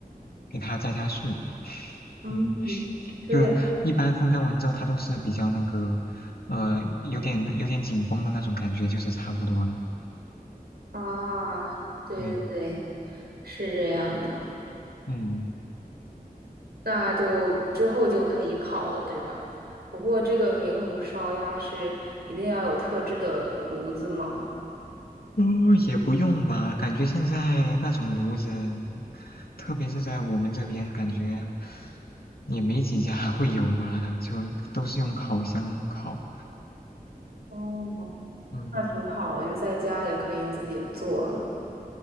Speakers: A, on the left; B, on the right.
A: 给它加加速。<laughs>
B: 嗯，
A: 嗯。
B: 对
A: 就一般风干完之后，它都是比较那个，呃，有点有点紧绷的那种感觉，就是差不多了。
B: 啊，对对对，
A: 对，
B: 是这样的。
A: 嗯，
B: 那就之后就可以烤了，对吧？不过这个明炉烧鸭是一定要有特制的炉子吗？
A: 呃，也不用吧，感觉现在那种炉子，特别是在我们这边，感觉也没几家会有吧，就都是用烤箱烤。
B: 哦，
A: 嗯。
B: 那挺好的，就在家也可以自己做了。